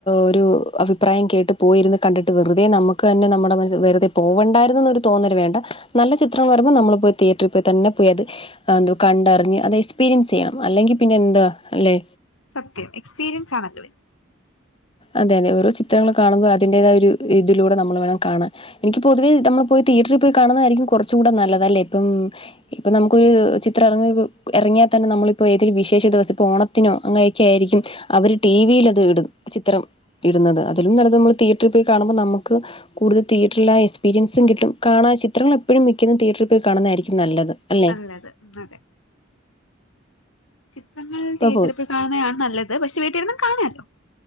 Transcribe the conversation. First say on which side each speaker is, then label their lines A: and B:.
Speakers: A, on the left; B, on the left.
A: ഒരു അഭിപ്രായം കേട്ട് പോയിരുന്ന് കണ്ടിട്ട് വെറുതെ നമുക്ക് തന്നെ നമ്മുടെ മസ്സ് വെറുതെ പോവണ്ടായിരുന്നൊരു തോന്നൽ വേണ്ട നല്ല ചിത്രങ്ങൾ വരുമ്പോ നമ്മളിപ്പോ തിയേറ്ററിൽ പോയി തന്നെ പോയി അത് എന്തോ കണ്ടറിഞ്ഞ് അത് എക്സ്പീരിയൻസ് ചെയ്യണം അല്ലെങ്കിൽ പിന്നെ എന്താ അല്ലേ
B: സത്യം എക്സ്പീരിയൻസ് ആണ് എല്ലാം
A: അതെ അതെ ഓരോ ചിത്രങ്ങൾ കാണുമ്പോൾ അതിന്റേതായ ഒരു ഇതിലൂടെ നമ്മൾ വേണം കാണാൻ എനിക്ക് പൊതുവേ നമ്മൾ പോയി തിയേറ്ററിൽ പോയി കാണുന്നതായിരിക്കും കുറച്ചും കൂടെ നല്ലതല്ലേ ഇപ്പം ഇപ്പൾ നമുക്കൊരു ചിത്രംറങ്ങി ഇറങ്ങിയാൽ തന്നെ നമ്മളിപ്പോൾ ഏതൊരു വിശേഷ ദിവസം ഇപ്പോൾ ഓണത്തിനോ അങ്ങനെയൊക്കെ ആയിരിക്കും അവര് ടി വിൽ അത് ഇടും ചിത്രം ഇടുന്നത് അതിലും നല്ലത് നമ്മൾ തിയേറ്ററിൽ പോയി കാണുമ്പോൾ നമുക്ക് കൂടുതൽതിയേറ്ററൽ ആ എക്സ്പീരിൻസും കിട്ടും കാണാ ചത്രൾ എപ്പോഴും മിക്കതും തിയേറ്ററിൽ പോയി കാണുന്നതായിരിക്കും നല്ലത് അല്ലേ?
B: നല്ലത് അതെ ചിത്രങ്ങൾ
A: ഇപ്പോൾ
B: തീയേറ്ററിൽ
A: പോ
B: പോയി കാണുന്നതാണ് നല്ലത് പക്ഷെ വീട്ടിലിരുന്നും കാണാല്ലോ